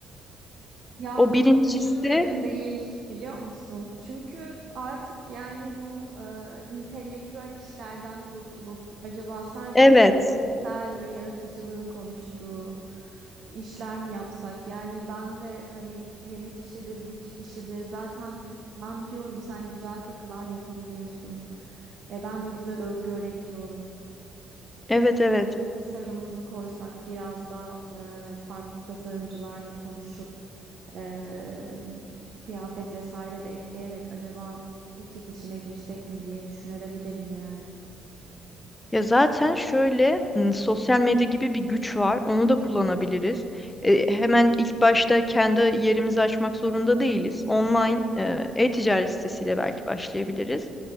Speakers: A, on the right; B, on the left.
A: Ya
B: O
A: bunu
B: birincisi
A: da düşünmedim değil biliyor musun? Çünkü artık yani bu e, intelektüel işlerden kurtulup acaba sadece
B: evet.
A: böyle fikirsel ve yaratıcılığın konuştuğu işler mi yapsak? Yani ben de hani yemek işidir, butik işidir zaten ben biliyorum sen güzel takılar yapabiliyorsun. E, ben de güzel örgü örebiliyorum.
B: Evet
A: Birkaç
B: evet.
A: da tasarımımızı koysak biraz da e, farklı tasarımcılarla konuşup ee, kıyafet vesaire de ekleyerek acaba butik içine girsek mi diye düşünebilirim yani.
B: Ya zaten şöyle m, sosyal medya gibi bir güç var. Onu da kullanabiliriz. E, hemen ilk başta kendi yerimizi açmak zorunda değiliz. Online e, e-ticaret sitesiyle belki başlayabiliriz.